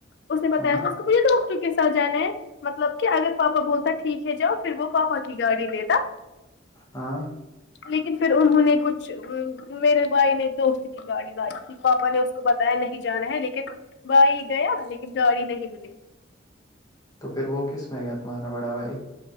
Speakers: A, on the left; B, on the left.
A: اس نے بتایا
B: ہاں
A: تھا اس کو بھی ڈاکٹر کے سات جانے ہے مطلب کہ اگر پاپا بولتا ٹھیک ہے جاؤ پھر وہ پاپا کی گاڑی لیتا
B: ہاں
A: لیکن پھر انہوں نے کچھ امم میرے بھائی نے دوست کی گاڑی لاۓ تھی پاپا نے اس کو بتایا نہیں جانا ہے لیکن بھائی گیا لیکن گاڑی نہیں ملی
B: تو پھر وہ کس میں گیا تمہارا بڑا بھائی